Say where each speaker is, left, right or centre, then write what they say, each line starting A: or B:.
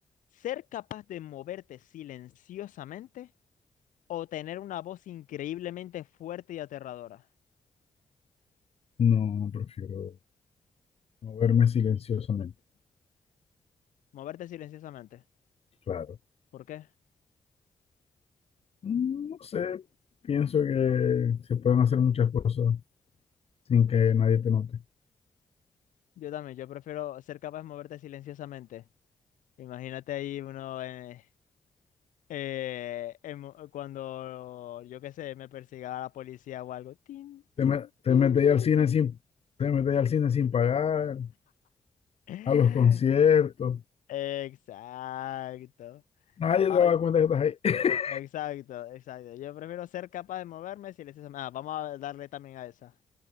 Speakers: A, on the left (about 75°); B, on the left (about 50°).
A: ser capaz de moverte silenciosamente o tener una voz increíblemente fuerte y aterradora?
B: No, prefiero moverme silenciosamente,
A: Moverte silenciosamente.
B: claro.
A: ¿Por qué?
B: Mm, No sé, pienso que se pueden hacer muchas cosas sin que nadie te note.
A: Yo también, yo prefiero ser capaz de moverte silenciosamente. Imagínate ahí uno eh, eh, en mo- cuando, yo qué sé, me persiga la policía o algo. Tin,
B: Te,
A: tin,
B: me- te
A: tin,
B: metes
A: tin,
B: al cine
A: tin.
B: sin, te metes al cine sin pagar,
A: <laughs>
B: a los conciertos.
A: Exacto.
B: Nadie
A: No,
B: te va a dar cuenta que estás ahí. <laughs>
A: exacto, exacto. Yo prefiero ser capaz de moverme si les hace- Ah, vamos a darle también a esa.